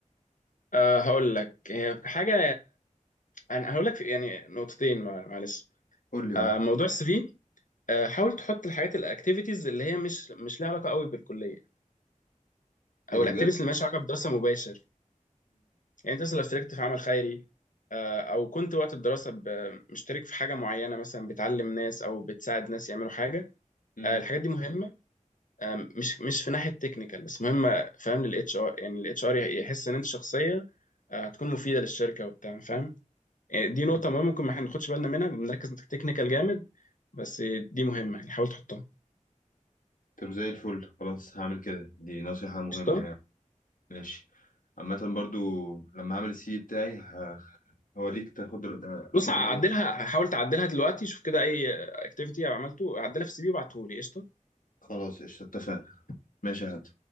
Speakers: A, on the left; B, on the left.
A: أه هقول لك هي حاجه انا هقول لك في- يعني نقطتين مع- معلش
B: قول لي اه
A: أه موضوع السي في آه، حاول تحط الحاجات الاكتيفيتيز اللي هي مش مش لها علاقه قوي بالكليه
B: ايه
A: او
B: ده
A: الاكتيفيتيز
B: بجد؟
A: اللي مالهاش علاقه بدراسه مباشر يعني انت مثلا لو اشتركت في عمل خيري آه، او كنت وقت الدراسه ب- مشترك في حاجه معينه مثلا بتعلم ناس او بتساعد ناس يعملوا حاجه
B: مم.
A: آه، الحاجات دي مهمه آه، مش مش في ناحيه تكنيكال بس مهمه فاهم للاتش ار يعني الاتش ار يحس ان انت شخصيه آه، هتكون مفيده للشركه وبتاع فاهم يعني دي نقطه
B: مم.
A: مهمه ممكن ما احنا ناخدش بالنا منها بنركز تكنيكال جامد بس دي مهمه يعني حاول تحطها
B: طب زي الفل خلاص هعمل كده دي نصيحة مهمة
A: قشطة؟
B: يعني ماشي عامة برضو لما هعمل السي في بتاعي ه- هوريك تاخد رأ-
A: بص
B: اخد
A: عدلها
B: رأيك
A: حاول تعدلها دلوقتي شوف كده اي اكتيفيتي عملته عدلها في السي في وابعته لي قشطه
B: خلاص قشطة اتفقنا ماشي يا هات